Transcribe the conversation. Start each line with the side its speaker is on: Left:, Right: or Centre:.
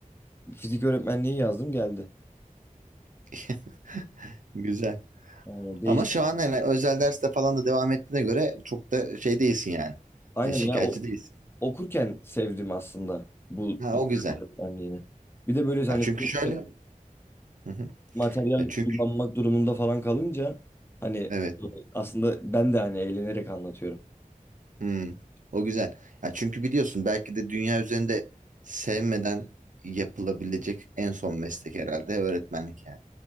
Left: Fizik öğretmenliği yazdım geldi.
Right: <laughs> Güzel.
Left: Aynen değişti.
Right: Ama şu an hani özel derste falan da devam ettiğine göre çok da şey değilsin yani.
Left: Aynen
Right: E, şikayetçi
Left: ya o,
Right: değilsin.
Left: okurken sevdim aslında bu
Right: Ha o güzel.
Left: öğretmenliğini. Bir de böyle hani
Right: Ha, çünkü
Left: sürekli
Right: şöyle. Hı hı.
Left: materyal
Right: Ya çünkü
Left: kullanmak durumunda falan kalınca hani
Right: evet.
Left: e, aslında ben de hani eğlenerek anlatıyorum.
Right: Hmm, o güzel. Ya çünkü biliyorsun belki de dünya üzerinde sevmeden yapılabilecek en son meslek herhalde öğretmenlik yani.